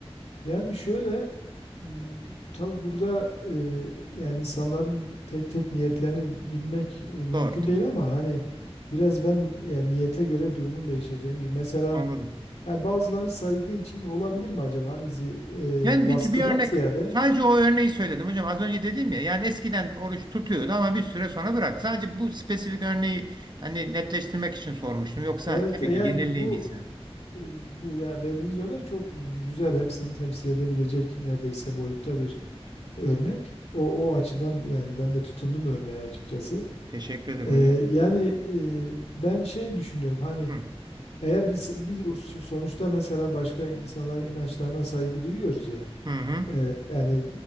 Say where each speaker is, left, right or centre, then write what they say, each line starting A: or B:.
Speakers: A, on the left; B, on the right.
A: Yani şöyle m, tabii burada e, yani insanların tek tek niyetlerini bilmek e, mümkün
B: Doğru tabii.
A: değil ama hani biraz ben yani niyete göre durumun değişeceğini mesela
B: Anladım.
A: ya bazıları saygı için olabilir mi acaba hani zi-
B: Ben
A: e, baskıdan
B: bir, bir örnek
A: ziyade
B: sadece o örneği söyledim hocam. Az önce dedim ya yani eskiden oruç tutuyordu ama bir süre sonra bırak. Sadece bu spesifik örneği hani netleştirmek için sormuştum. Yoksa
A: evet
B: tabii
A: e,
B: ki
A: yani
B: genelliğim
A: bu
B: iyi sen.
A: e, bu ya verdiğiniz örnek çok güzel hepsini temsil edebilecek neredeyse boyutta bir örnek. O, o açıdan yani ben de tutundum örneğe açıkçası.
B: Teşekkür ederim
A: Ee,
B: hocam.
A: yani e, ben şey düşünüyorum hani
B: Hı.
A: eğer biz biz o s- sonuçta mesela başka insanların inançlarına saygı duyuyoruz ya
B: Hı hı.
A: Ee, yani